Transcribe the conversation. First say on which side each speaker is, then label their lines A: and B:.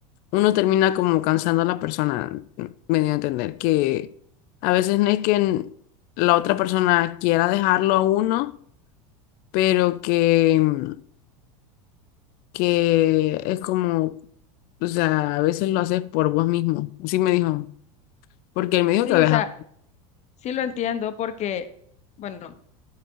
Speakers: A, on the left (about 55°); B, on the left (about 40°).
A: uno termina como cansando a la persona, me dio a entender que a veces no es que la otra persona quiera dejarlo a uno pero que, mm, que es como, o sea, a veces lo haces por vos mismo. Sí me dijo, porque él me dijo
B: Sí,
A: que
B: o
A: viajaba.
B: sea, sí lo entiendo porque, bueno,